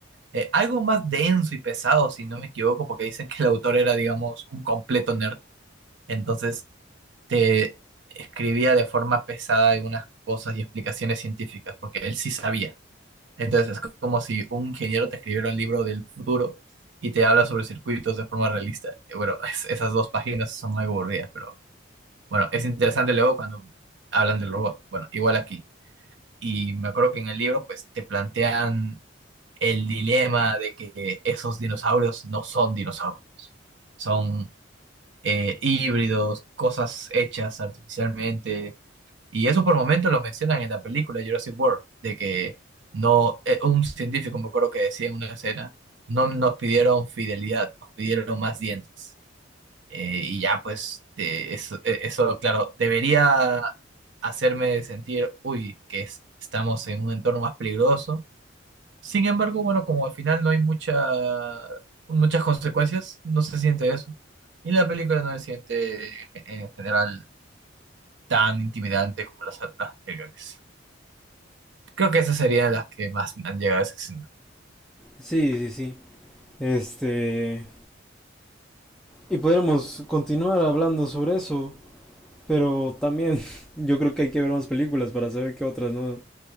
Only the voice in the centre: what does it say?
Sí, sí, sí. Este. Y podríamos continuar hablando sobre eso, pero también <laughs> yo creo que hay que ver más películas para saber qué otras no,